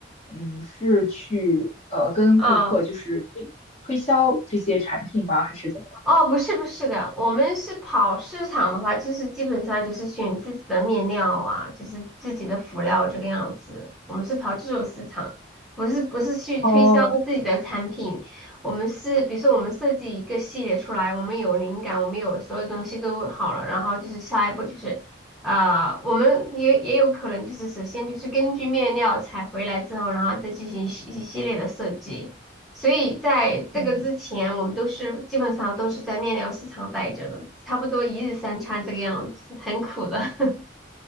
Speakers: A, on the left; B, in the centre.
A: 嗯是去呃跟顾客就是推推销这些产品吗，
B: 哦，
A: 还是怎么？
B: 哦，不是不是的，我们是跑市场的话，就是基本上就是选自己的面料啊，就是自己的辅料这个样子。我们是跑这种市场，不是不是去推销自己的产品。
A: 哦。
B: 我们是比如说我们设计一个系列出来，我们有灵感，我们有所有东西都好了，然后就是下一步就是啊、我们也也有可能就是首先就是根据面料采回来之后，然后再进行一系一系列的设计。所以在这个之前，
A: 嗯
B: 我们都是基本上都是在面料市场待着的，差不多一日三餐这个样子，很苦的。<laughs>